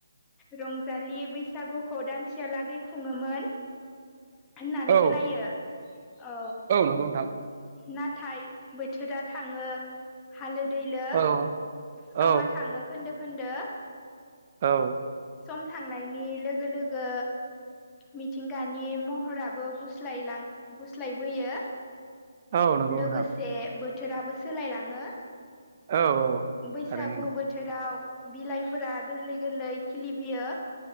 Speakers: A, on the left; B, on the right.
A: रंजालि बैसागुखौ दानसेहालागै खुङोमोन होननानै
B: औ
A: खोनायो औ
B: नंगौ नोंथां
A: नाथाय बोथोरा थाङो हालो दैलो
B: औ औ
A: समा थाङो खोन्दो खोन्दो
B: औ
A: सम थांनायनि लोगो लोगो मिथिंगानि म हराबो गस्लायलां गुस्लायबोयो
B: औ नंगौ
A: लोगोसे
B: नोंथां
A: बो थोराबो सोलायलाङो
B: औ औ
A: बैसागु
B: थारै नंगौ
A: बो थोराव बिलाइफोरा गोरलै गोरलै खिलिबोयो